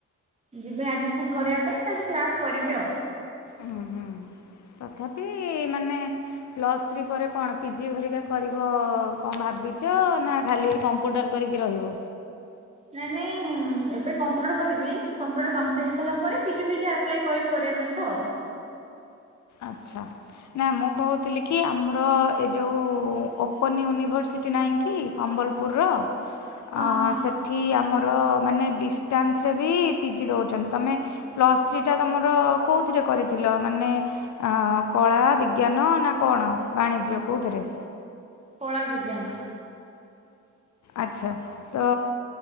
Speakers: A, on the right; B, on the left.
A: ଯିବେ ଆଡ଼ମିସନ୍ କରିବା ପାଇଁ ତାପରେ କ୍ଲାସ୍ କରିବେ ଆଉ।
B: ହୁଁ ହୁଁ ତଥାପି ମାନେ ପ୍ଲସ ଥ୍ରି ପରେ କଣ ପିଜି ଘରିକା କରିବ କଣ ଭାବିଚ ନା ଖାଲି ଏଇ କ କମ୍ପ୍ୟୁଟର କରିକି ରହିବ।
A: ନାଇଁ ନାଇଁ ଏବେ କମ୍ପ୍ୟୁଟର କରିବି କମ୍ପ୍ୟୁଟର କମ୍ପ୍ଲିଟ୍ ହେଇସାରିଲା ପରେ ପିଜି ଫିଜି ଆପ ଆପ୍ଲାଏ କରିବି କରିବା ପାଇଁକା ଆଉ।
B: ଆଚ୍ଛା। ନା ମୁଁ କହୁଥିଲି କି ଆମର ଏ ଯୋଉ ଓପନ ୟୁନିଭର୍ସିଟି ନାହିଁ କି ସମ୍ବଲ ପୁରର,
A: ହଁ
B: ଅଁ
A: ହଁ
B: ସେ ଠି ଆମର ମାନେ ଡିଷ୍ଟାନ୍ସରେ ବି ପିଜି ଦଉଛନ୍ତି, ତମେ ପ୍ଲସ୍ଥ୍ରୀଟା ତମର କୋଉଥିରେ କରିଥିଲ? ମାନେ ଆଁ କଳା, ବିଜ୍ଞାନ, ନା କଣ ବାଣିଜ୍ୟ କୋଉଥିରେ?
A: କଳା ବିଜ୍ଞାନ।
B: ଆଚ୍ଛା, ତ